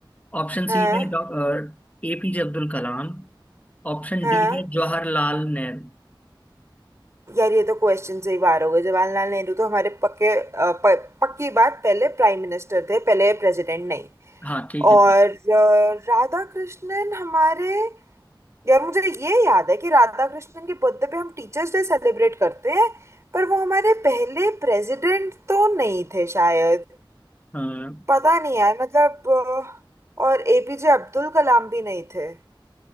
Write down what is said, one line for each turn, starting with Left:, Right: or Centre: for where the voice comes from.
Left: Option
Right: हाँ
Left: C है doctor APJ Abdul Kalam Option
Right: हाँ
Left: D है जवाहरलाल नेहरू
Right: यार ये तो क्वेश्चन से ही बाहर हो गए जवाहरलाल नेहरू तो हमारे पक्के अ, प, पक्की बात पहले प्राइम मिनिस्टर थे पहले प्रेसिडेंट नहीं
Left: हाँ ठीक है
Right: और अ, राधा कृष्णन हमारे यार मुझे ये याद है कि राधा कृष्णन के बर्थडे पे हम टीचर्स डे सेलिब्रेट करते हैं पर वो हमारे पहले प्रेसिडेंट तो नहीं थे शायद
Left: हाँ
Right: पता नहीं यार मतलब अ, और एपीजे अब्दुल कलाम भी नहीं थे